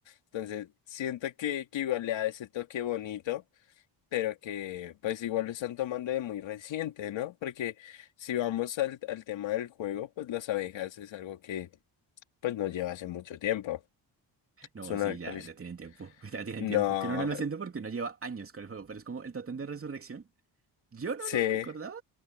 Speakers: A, on the left; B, on the right.
A: Entonces, siento que, que igual le da ese toque bonito. pero que pues igual lo están tomando de muy reciente, ¿no? Porque si vamos al, al tema del juego, pues las abejas es algo que pues no lleva hace mucho tiempo.
B: No,
A: Es una
B: sí,
A: actualización.
B: ya, ya tienen tiempo, <laughs> ya tienen
A: No,
B: tiempo. Que uno no lo siente porque uno lleva años con el juego, pero es como el Totem de Resurrección. Yo
A: sí,
B: no lo recordaba.